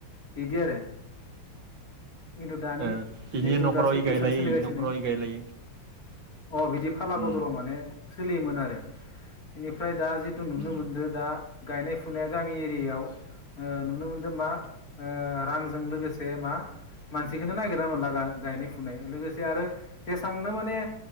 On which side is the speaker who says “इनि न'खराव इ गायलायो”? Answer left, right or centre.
Right